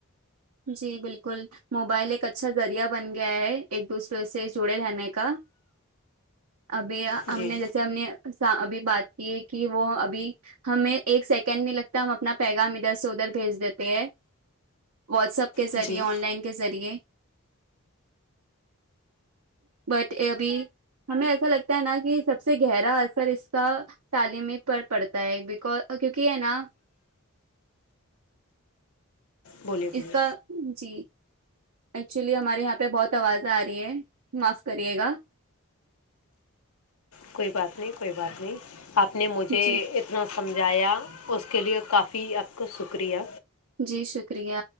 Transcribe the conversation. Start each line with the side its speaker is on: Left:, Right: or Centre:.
Right: جی بالکل موبائل ایک اچھا ذریعہ بن گیا ہے ایک دوسرے سے جڑے رہنے کا ابھی ہم
Left: جی
Right: نے جیسے ہم نے ابھی بات کی ہے کہ وہ ابھی ہمیں ایک سیکنڈ نہیں لگتا ہم اپنا پیغام ادھر سے ادھر بھیج دیتے ہیں واٹس اپ کے ذریعے
Left: جی
Right: آن لائن کے ذریعے بٹ ابھی ہمیں ایسا لگتا ہے نا کہ سب سے گہرا اثر اس کا تعلیمی پر پڑتا ہے بکز کیونکہ ہے نا
Left: بولیے بولیے
Right: اس کا جی ایکچولی ہمارے یہاں پہ بہت آوازیں آ رہی ہے معاف کریے گا
Left: کوئی بات نہیں کوئی بات نہیں آپ نے مجھے
Right: جی
Left: اتنا سمجھایا اس کے لیے کافی آپ کا شکریہ
Right: جی شکریہ